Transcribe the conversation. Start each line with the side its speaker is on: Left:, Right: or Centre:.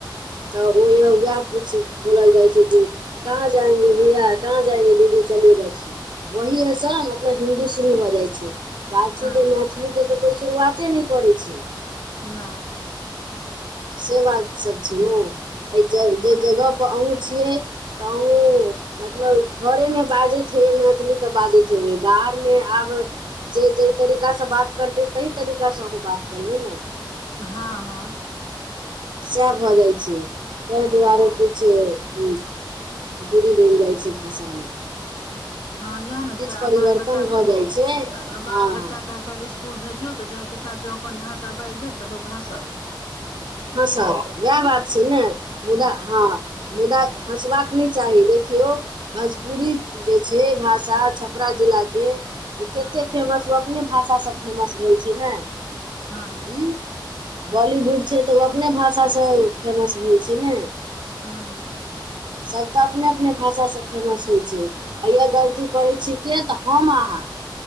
Right: तऽ ओ वएह पूछ बोलल जाइ छै कि कहाँ जाएंगे भैया कहाँ जाएंगे दीदी चलियए बैठिेए वही हस मतलब हिन्दी शुरू हो जाइ छै बात
Left: हँ
Right: छै जे मैथिलीके तऽ कोइ शुरुआते नहि करै छै
Left: नहि
Right: से बात सब छै नऽ एहि
Left: हँ
Right: जे जगह <unintelligible> छियै तऽ आहू मतलब घरे मऽ बाजैत हेबै मैथिली तऽ बाजैत हेबै बाहर मे आब जे जेहि तरीका से बात करते ताहि तरीकास से हम बात करबै नऽ
Left: हँ हँ
Right: सएह भऽ जाइत छै ताहि दुआरे
Left: हँ
Right: किछ ह दूरी बनि जाइ छै भाषामे
Left: हँ इएह नऽ
Right: किछु
Left: छै
Right: परिवर्तन
Left: आ बाल बच्चाके
Right: भऽ जाइ छै
Left: बाल
Right: हँ
Left: बच्चा के काल्हि स्कुल भेजियो तऽ जाय के साथ जॉब अपन भाषा बाजि देत तऽ लोक हँसत
Right: हँ स वएह
Left: हँ
Right: बात छै नऽ मुदा हँ मुदा हँसबाक नहि चाही देखियौ भोजपुरी जे छै भाषा छपरा जिलाके तऽ
Left: हँ
Right: कतेक फेमस ओ अपने भाषासँ फेमस भेल छैय ने
Left: हँ
Right: हूँ बॉलीवुड छै तऽ ओ अपने भाषासँ फेमस भेल छै ने
Left: हँ
Right: सभ तऽ अपने अपने भाषा सऽ फेमस होइ छै आ यह गलती करैत छी के तऽ हम अहाँ